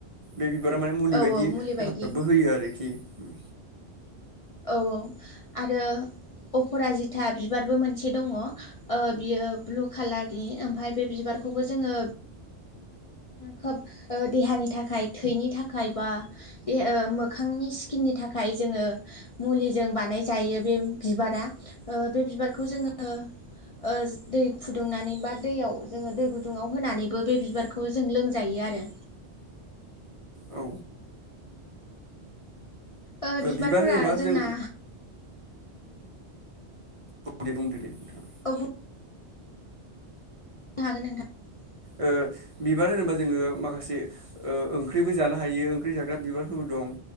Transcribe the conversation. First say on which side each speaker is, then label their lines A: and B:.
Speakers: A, on the right (about 35°); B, on the left (about 40°).
A: बे बिबारा माने मुलि
B: औ
A: बायदि
B: औ मुलि
A: हेफाजाबबो
B: बायदि
A: होयो आरो <unintelligible>
B: औ औ आरो अपराजिथा बिबारबो मोनसे दङ। ओ बियो ब्लु कालारनि आम फाय बे बिबारखौबो जोङो खोब ओ देहानि थाखाय थैनि थाखाय बा मोखांनि स्किननि थाखाय जोङो मुलिजों बानायजायो बे बिबारा ओ बे बिबारखौ जोङो ओ दै फुदुंनानै बा दैयाव जोङो दै गुदुङाव होनानैबो बे बिबारखौ जों लोंजायो आरो।
A: औ
B: ओ बिबारफोरा
A: बिबार होनोबा
B: जोंना
A: जों बुं दे बुंदो दे नोंथां
B: औ बुंनो <unintelligible>
A: ओ बिबार होनोबा जोङो माखासे ओ ओंख्रिबो जानो हायो ओंख्रि जाग्रा बिबारफोरबो दं